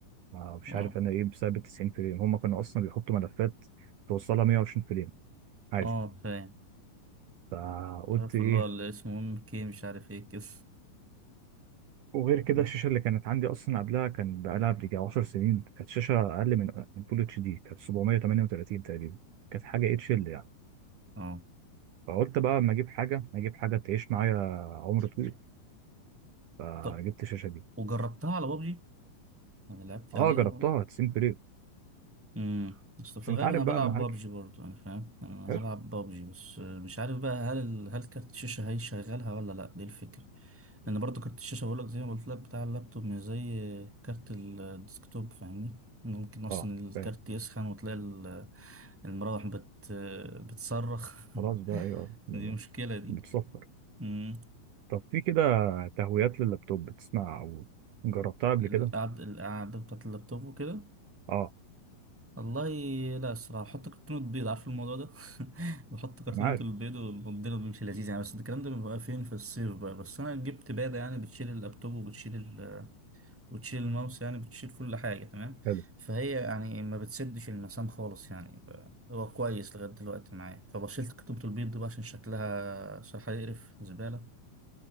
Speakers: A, on the right; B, in the centre.
A: ما مش
B: آه
A: عارف انا ايه بسبب ال 90 فريم هم كانوا اصلا بيحطوا ملفات توصلها 120 فريم عادي
B: آه فاهم
A: فقلت
B: عارف
A: ايه
B: اللي هو اللي اسمه ام كي مش عارف إيه كده
A: وغير
B: <laughs>
A: كده
B: أمم،
A: الشاشه اللي كانت عندي اصلا قبلها كان بقالها بيجي 10 سنين كانت شاشه اقل من من فول اتش دي كانت 738 تقريبا كانت حاجه اتش ال يعني
B: آه
A: فقلت بقى اما اجيب حاجه اجيب حاجه تعيش معايا عمر طويل فجبت
B: طب
A: الشاشه دي
B: وجربتها على بابجي؟ يعني لعبت
A: اه
B: عليها
A: جربتها 90 فريم
B: امم اصل في
A: بس
B: الغالب
A: انت عارف
B: انا بلعب
A: بقى المحاكي
B: بابجي برضو يعني فاهم يعني انا
A: حلو
B: هلعب بابجي بس مش عارف بقى هل ال- هل كارت الشاشه هيشغلها ولا لا دي الفكره لان برضو كارت الشاشه بقول لك زي ما قلت لك بتاع اللابتوب مش زي كارت ال- الديسكتوب فاهمني إنه ممكن اصلا
A: اه
B: الكارت
A: فاهم
B: يسخن وتلاقي ال- المراوح بت بتصرخ
A: خلاص بقى
B: <laughs>
A: ايوه
B: دي مشكله دي
A: بتصفر
B: امم
A: طب في كده تهويات لللابتوب بتسمع او جربتها قبل
B: القعده
A: كده
B: القعده بتاعت اللابتوب وكده
A: اه
B: والله لا الصراحة بحط كرتونة بيض عارف الموضوع ده <laughs> بحط كرتونة
A: انا عارف
B: البيض والمضرب بيمشي لذيذ يعني بس الكلام ده بيبقى فين في الصيف بقى بس أنا جبت بادة يعني بتشيل اللابتوب وبتشيل ال... وتشيل الماوس يعني بتشيل كل حاجة تمام
A: حلو
B: فهي يعني ما بتسدش المسام خالص يعني ب- هو كويس لغاية دلوقتي معايا فبشيلت كرتونة البيض دي بقى عشان شكلها صراحة يقرف زبالة